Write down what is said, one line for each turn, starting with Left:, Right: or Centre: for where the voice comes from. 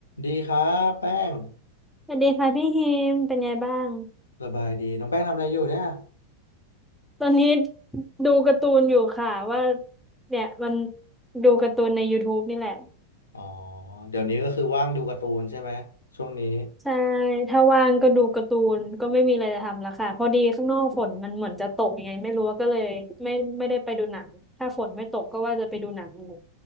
Left: ดีครับแป้ง
Centre: สวัสดีค่ะพี่ฮิมเป็นไงบ้าง
Left: สบายดีน้องแป้งทำอะไรอยู่เนี่ย
Centre: ตอนนี้ดูการ์ตูนอยู่ค่ะว่าเนี่ยมันดูการ์ตูนใน YouTube นี่แหละ
Left: อ๋อเดี๋ยวนี้ก็คือว่างดูการ์ตูนใช่ไหมช่วงนี้
Centre: ใช่ถ้าว่างก็ดูการ์ตูนก็ไม่มีอะไรจะทำแล้วค่ะพอดีข้างนอกฝนมันเหมือนจะตกยังไงไม่รู้ก็เลยไม่ไม่ได้ไปดูหนังถ้าฝนไม่ตกก็ว่าจะไปดูหนังอยู่